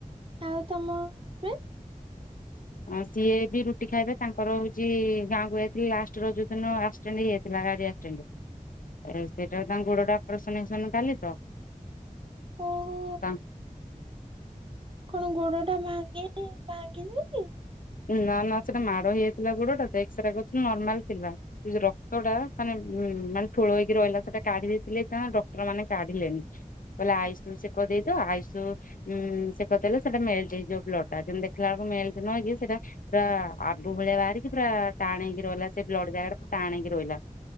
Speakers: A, on the right; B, on the left.
A: ଆଉ ତମ ହଜବେଣ୍ଡ
B: ସିଏ ବି ରୁଟି ଖାଇବେ ତାଙ୍କର ହଉଛି ଗାଁକୁ ଯାଇଥିଲଥିଲେ ଲଷ୍ଟ ର ଯୋଉ ଦିନ ଆଷ୍ଟାଣ୍ଡ ହେଇଯାଇଥିଲା ଗାଡି ଆଷ୍ଟାଣ୍ଡରେ
A: ହ
B: ଆ ସେଇଟା ତାଙ୍କ ଗୋଡଟା ଅପରେସନ୍ ଫସନ କଲି ତ
A: ଓହୋ
B: ତା
A: କଣ ଗୋଡ ଟା ଭାଙ୍ଗି ଭାଙ୍ଗି ଦେଇଛି?
B: ନା ନା ସେଟା ମାଡ ହେଇଯାଇଥିଲା ଗୋଡଟା ତ ଏକ୍ସରେ କରୁଥିଲୁ ନର୍ମାଲ ଥିଲା। ସେଉ ରକ୍ତ ଟା ମାନେ ଉ ମାନେ ଠୋଳ ହେଇକି ରହିଲା ସେଟା କାଢି ଦେଇଥିଲେ ଡକ୍ଟର ମାନେ କାଢିଲେଣି। ବୋଇଲେ ଆଇସୁ ସେ କହିଦେଇଦ ଆଇଷୁ ଉୁଁ ସେ କ କହିଲେ ସେଟା ମେଳିଛି ଯୋଉ ଲଟା ଯେମତି ଦେଖିଲା ବଳକୁ ମେଳିଛି ନ କି ସେଇଟା ପୁରା ଆବୁ ଭଳିଆ ବାହାରିକି ପୁରା ଟାଣ ହେଇକି ରହିଲା ସେ ବ୍ଲ ଜାଗା ପା ଟାଣଇକି ରହିଲା।